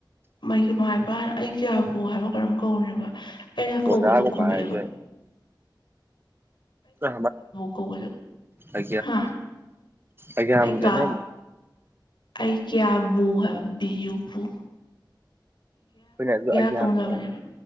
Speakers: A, on the left (about 70°); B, on the right (about 25°).
A: ꯃꯥꯏꯕꯒꯤ ꯃꯥꯏ ꯏꯕ ꯑꯩ ꯀꯌꯥꯕꯨ ꯍꯥꯏꯕ ꯀꯔꯝ ꯀꯧꯦꯕ ꯑꯩꯅ ꯀꯧꯕꯗꯣ
B: ꯑꯣꯖꯥꯒꯨꯝꯕ
A: ꯀꯣꯝꯃꯛꯑꯦꯕ
B: ꯍꯥꯏꯁꯦ ꯑ
A: ꯀꯧꯕꯗꯣ
B: ꯑ
A: ꯍꯥ
B: ꯑ ꯌꯥꯝ
A: ꯑꯩ
B: ꯑꯃꯨꯛꯗꯅꯦ
A: ꯀꯥ ꯑꯩ ꯀꯌꯥꯕꯕꯨ ꯍ ꯕꯤꯖꯨꯕꯨ
B: ꯑꯩꯈꯣꯏꯅ ꯑꯥꯏꯗꯤꯌꯥꯒꯨꯝ
A: ꯀꯧꯅꯕꯅꯦꯕ